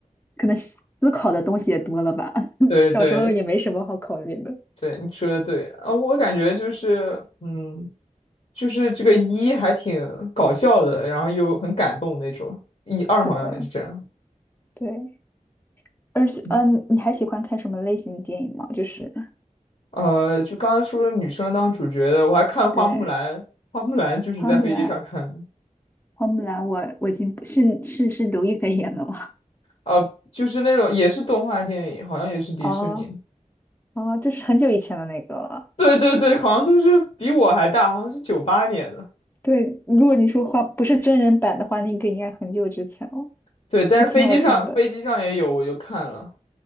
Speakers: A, on the left; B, on the left.
A: 可能思考的东西也多了吧。<laughs>
B: 对对
A: 小时候也没什么好考虑的。
B: 对，你说的对啊，我感觉就是，嗯，就是这个一还挺搞笑的，然后又很感动那种，一二好像也是这样。
A: 是的，对。而且，
B: 嗯
A: 嗯，你还喜欢看什么类型的电影吗？就是，
B: 呃，就刚刚说的女生当主角的，我还看了《花木兰》，
A: 对，
B: 《花木兰》就是在飞机上看的，
A: 花木兰，花木兰我，我已经不是是是刘亦菲演的吗？
B: 呃，就是那种也是动画电影，好像也是迪士尼的
A: 哦哦，就是很久以前的那个。
B: 对对对，好像都是比我还大，好像是九八年的。
A: 对，如果你说画不是真人版的话，那个应该很久之前了，
B: 对，但是飞机上飞机上也有，
A: 挺好看的。
B: 我就看了。